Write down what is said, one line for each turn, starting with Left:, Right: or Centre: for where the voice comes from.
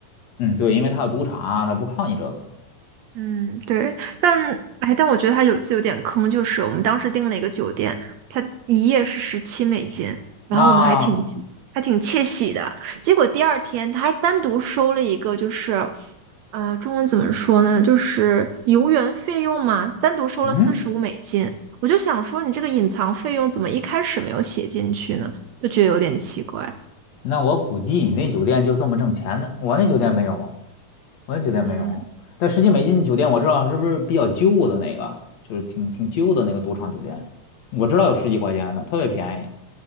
Left: 嗯，对，因为他有赌场，他不靠你这个。
Right: 嗯，对，但哎，但我觉得他有一次有点坑，就是我们当时订了一个酒店，他一夜是十七美金，然后我们还挺
Left: 那、啊
Right: 还挺窃喜的，结果第二天他还单独收了一个，就是，呃，中文怎么说呢，就是游园费用嘛，单独收了四十五美金，
Left: 嗯，
Right: 我就想说你这个隐藏费用怎么一开始没有写进去呢？就觉得有点奇怪。
Left: 那我估计你那酒店就这么挣钱的，我那酒店没有，我那酒店没有。
Right: 嗯。
Left: 但十几美金的酒店我知道是不是比较旧的那个，就是挺挺旧的那个赌场酒店，我知道有十几块钱的，特别便宜，